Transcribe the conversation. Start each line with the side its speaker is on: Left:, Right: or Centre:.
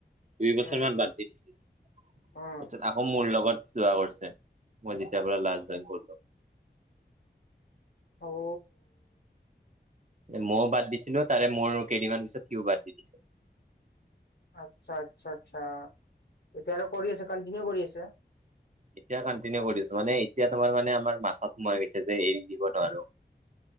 Right: দুই বছৰ
Left: উম,
Right: মান বাদ তাৰপিছত
Left: অ'
Right: আকৌ মোৰ লগত যোৱা কৰিছে। মই যেতিয়া লাষ্ট জইন কৰলো।
Left: ও।
Right: ময়ো বাদ দিছিলো তাৰে মোৰ কেইদিনমান পিছত সিও বাদ দি দিছিলে।
Left: আচ্ছা আচ্ছা আচ্ছা এটো আৰু কৰি আছে কন্টিনিউ কৰি আছে।
Right: এতিয়া কণ্টিনিউ
Left: অ'
Right: কৰি দিছো মানে এতিয়া আমাৰ মানে আমাৰ মাথত সোমাই গৈছে যে এৰি দিব নোৱাৰো।